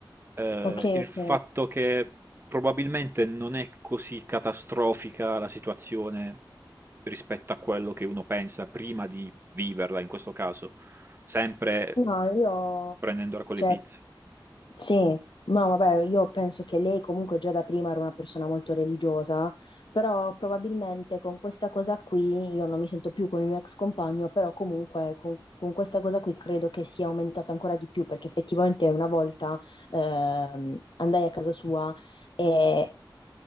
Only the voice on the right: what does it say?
eh,
il
fatto che probabilmente non è così catastrofica la situazione rispetto a quello che uno pensa prima di viverla, in questo caso, sempre
prendendola con
le pinze.